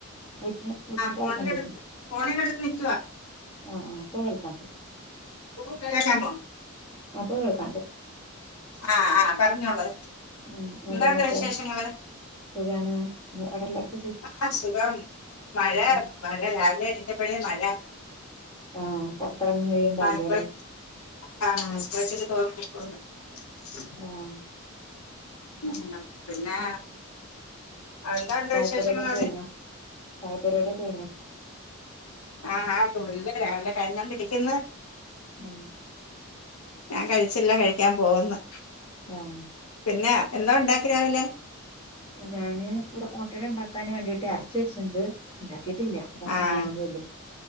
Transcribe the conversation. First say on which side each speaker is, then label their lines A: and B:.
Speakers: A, on the left (about 20°); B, on the left (about 80°).
A: വിട്ട <unintelligible>
B: ഫോണിലെടുത്ത് ഫോണിലെടുത്ത് നിക്കുവാ
A: ആ അപ്പൊ കേൾക്കാൻ പറ്റും.
B: <unintelligible>
A: അപ്പൊ കേൾക്കാണ്ട്.
B: ആഹ് ആഹ് പറഞ്ഞോളൂ.
A: ഉം നിട്ട്
B: എന്താണ്ട്
A: എന്തൊക്കെ
B: വിശേഷങ്ങള്
A: സുഖാണ് അവിടെല്ലാർക്കും
B: ആ സുഖം മഴ
A: ഉം
B: രാവിലെ ഏണീറ്റപ്പളെ മഴ
A: ആഹ് പുറത്തിറങ്ങാൻ കയിണ്ടാവില്ലല്ലെ
B: ആ ഇപ്പൊ <unintelligible>
A: ആഹ്
B: ഉം പിന്നെ എന്താണ്ട്
A: ചായ
B: വിശേഷങ്ങൾ
A: പരിവാടിക്കെ
B: അവിടെ
A: കഴിഞ്ഞോ ചായ പരിവാടിക്കെ കഴിഞ്ഞോ
B: ആഹ് ആഹ് <unintelligible> രാവിലെ കഴിഞ്ഞോണ്ടിരിക്കുന്നു.
A: ഉം
B: ഞാൻ കഴിച്ചില്ല കഴിക്കാൻ പോകുന്നു.
A: ഉം
B: പിന്നേ എന്തോ ഒണ്ടാക്കി രാവിലെ
A: ഞാന് ഇവിടെ ഓട്ടട ഇണ്ടാക്കാൻ വേണ്ടിട്ട് എറച്ചി വെച്ചിട്ടുണ്ട് ഉണ്ടാക്കിയിട്ടില്ല ഇവിടെ
B: ആഹ്
A: സമയാവുന്നേ ഉള്ളൂ